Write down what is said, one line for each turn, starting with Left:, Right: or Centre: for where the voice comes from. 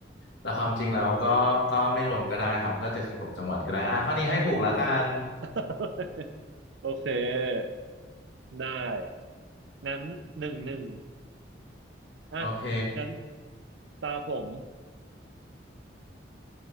Left: แต่ความจริงแล้วก็ก็ไม่รวมก็ได้ครับก็เจ็ดสิบหกจังหวัดก็ได้อ่ะข้อนี้ให้ถูกแล้วกัน
Right: <laughs> โอเคได้งั้นหนึ่งหนึ่งอ่ะ
Left: โอเค
Right: งั้นตาผม